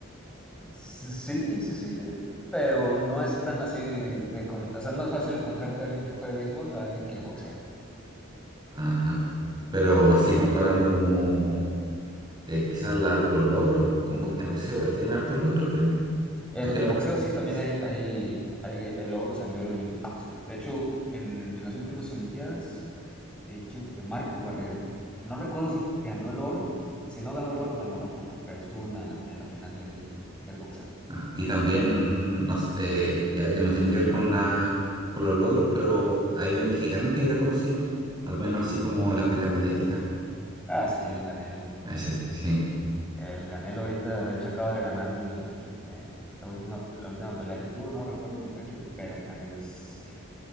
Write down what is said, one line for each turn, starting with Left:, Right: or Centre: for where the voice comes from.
Centre: Sí, sí, sí, pero no es tan así de... con- O sea, no es más fácil encontrarte a alguien que juegue béisbol a alguien que boxee.
Right: Ajá. Pero así comparando como eh, quizás la- los logros, con bo- en boxeo igual tienen hartos logros, creo.
Centre: En,
Right: Aunque
Centre: en
Right: no.
Centre: boxeo sí también
Right: s-
Centre: hay, hay, hay, hay logros a nivel olímpico, sí. De hecho, en, en las últimas Olimpiadas, eh, ¿quién fue? Marco Barrera. No recuerdo si ganó el oro, si no ganó el oro, ganó la plata, pero estuvo en la, en la final del, del boxeo.
Right: ajá. Y también, no, s- eh, ya que no tiene que ver con, la, con los logros, pero hay un mexicano que era conocido, al menos así como en las peleas mediáticas.
Centre: Ah, sí, el Canelo. El,
Right: Ese, sí,
Centre: el Canelo ahorita, de hecho, acaba de ganar el, eh, la, última, la última pelea que tuvo, no recuerdo contra quién, pero el Canelo es,